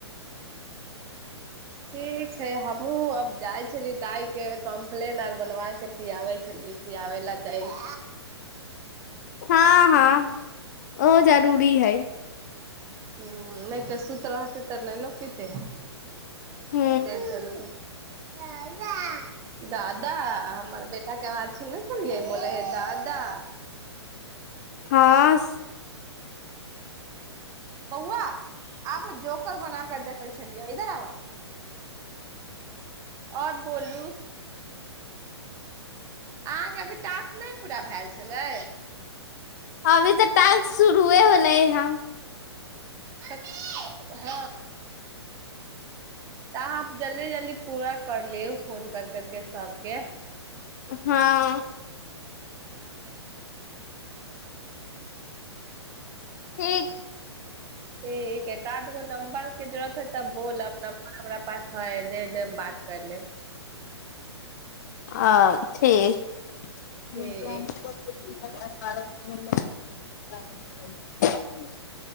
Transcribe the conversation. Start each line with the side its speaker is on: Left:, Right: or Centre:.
Right: ठीक छै हमहूँ अब जाइ छलियै दाइ के कम्प्लेन आर बनवा क पियाबै छलीै पियाबे ल दही
Left: हँ हँ ओ जरूरी है
Right: ह नहि तऽ सुूत रहतै तऽ नहि ने पीते
Left: ह
Right: से चलत द दादा हमर बेटा के आवाज सुने छलनिय बोले हे दादा
Left: हँ
Right: बौआ आब जोकर बना क देखै छलियै इधर आब आओर बोलू आग ब टास्क नहि पूरा भेल छलै
Left: हभी त तासक शुरू ह होलै हँ
Right: हँ तऽ अहाँ जल्दी जल्दी पूरा कर लिौ फोन कर करके सबके
Left: हँ ठीक
Right: ठीक काद गो न्बर के जरूरत है तब बोलब नर हम पास है दे देम बात कर लेम
Left: आ ठीक
Right: ठीक
Left: ज <unintelligible> <unintelligible>